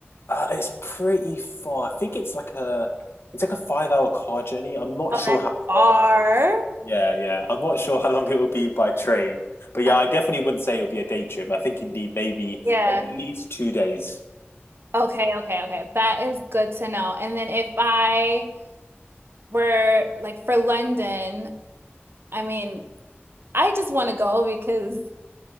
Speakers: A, on the left; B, on the right.
A: Uh, it's pretty far. I think it's like a it's like a five hour car journey. I'm not
B: Oh,
A: sure
B: that's
A: how
B: far.
A: long. Yeah, yeah. I'm not sure how long it would be by train. But yeah,
B: Uh,
A: I definitely wouldn't say it would be a day trip. I think you'd need maybe
B: Yeah.
A: at least two days.
B: Okay, okay, okay. That is good to know. And then if I, Where like for London, I mean, I just want to go because